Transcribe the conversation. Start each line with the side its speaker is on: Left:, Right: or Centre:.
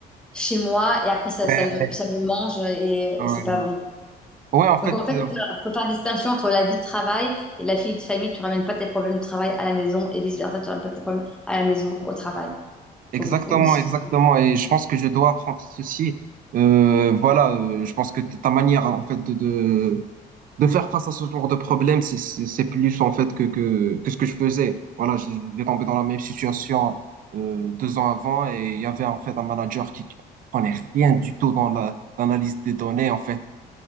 Centre: chez moi et après, ça,
Right: ouais,
Centre: ça me, ça me mange et,
Right: ouais.
Centre: et c'est pas bon.
Right: Ouais, en
Centre: Donc
Right: fait,
Centre: en fait,
Right: euh,
Centre: il faut faire une distinction entre la vie de travail et la vie de famille. Tu ramènes pas tes problèmes de travail à la maison et vice-versa, tu ramènes pas tes problèmes à la maison au travail. Faut,
Right: exactement,
Centre: faut dissocier.
Right: exactement. Et je pense que je dois apprendre ceci. Euh, voilà, euh, je pense que t- ta manière, en fait, de, de faire face à ce genre de problème, c'est c'est- c'est plus en fait que, que, que ce que je faisais. Voilà, j'ai j'ai tombé dans la même situation euh, deux ans avant et il y avait en fait un manager qui qui prenait rien du tout dans la- l'analyse des données. En fait,